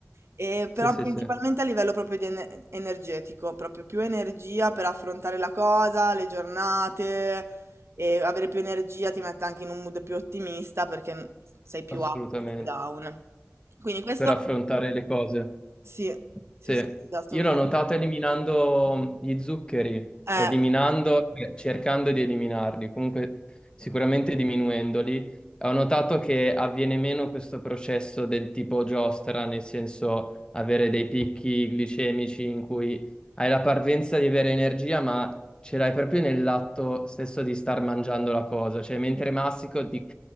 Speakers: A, on the right (about 60°); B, on the left (about 20°).
A: E
B: Sì,
A: però
B: sì,
A: principalmente
B: sì,
A: a livello proprio di ene- energetico, proprio più energia per affrontare la cosa, le giornate e avere più energia ti mette anche in un mood più ottimista perché sei più
B: assolutamente.
A: up che down. Quindi questo
B: Per affrontare le cose.
A: sì, sì,
B: Sì,
A: sì, sì, assolutamente.
B: io l'ho notato eliminando gli zuccheri,
A: Eh,
B: eliminando, cercando di eliminarli, comunque sicuramente diminuendoli. Ho notato che avviene meno questo processo del tipo giostra, nel senso avere dei picchi glicemici in cui hai la parvenza di avere energia, ma ce l'hai proprio nell'atto stesso di star mangiando la cosa. Cioè, mentre mastico, ti-